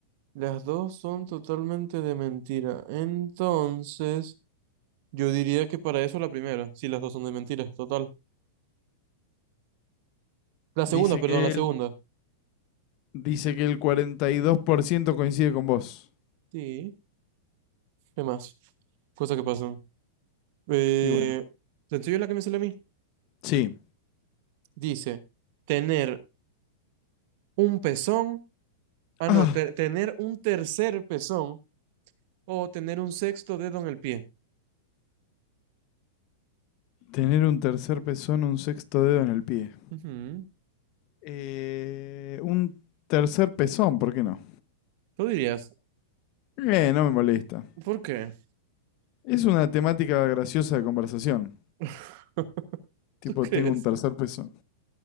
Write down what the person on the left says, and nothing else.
Dice
que
él, dice que el 42% coincide con vos.
Y bueno,
sí.
Ah,
tener un tercer pezón, o un sexto dedo en el pie.
Eh, un tercer pezón, ¿por qué no?
Eh, no me molesta.
Es una temática graciosa de conversación.
Tipo,
tengo un tercer pezón.